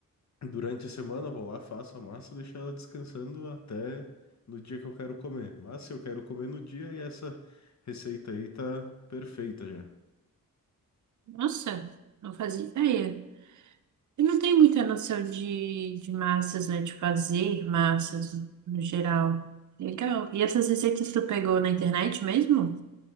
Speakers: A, on the left; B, on the right.
A: durante a semana eu vou lá, faço a massa, deixo ela descansando até no dia que eu quero comer. Mas se eu quero comer no dia, e essa receita aí tá perfeita já.
B: Nossa, não fazia ideia. Eu não tenho muita noção de, de massas, né, de fazer massas no geral. Legal. E essas receitas tu pegou na internet mesmo?